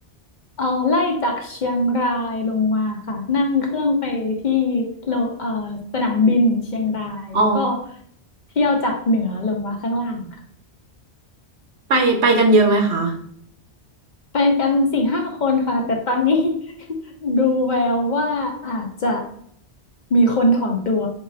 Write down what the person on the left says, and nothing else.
เอ่อไล่จากเชียงรายลงมาค่ะนั่งเครื่องไปที่โลเอ่อสนามบินเชียงรายแล้วก็
เที่ยวจากเหนือลงมาข้างล่างค่ะ
ไปกันสี่ห้าคนค่ะแต่ตอนนี้ <laughs> ดูแววว่าอาจจะมีคนถอนตัว